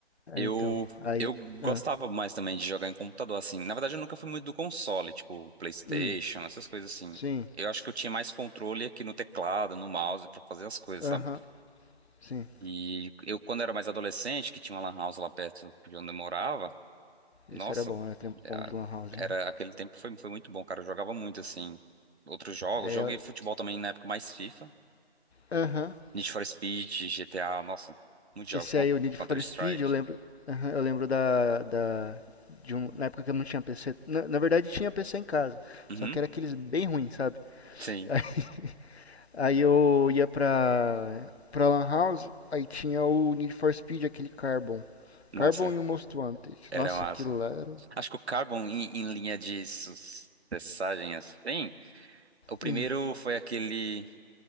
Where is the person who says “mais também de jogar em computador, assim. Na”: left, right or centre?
Right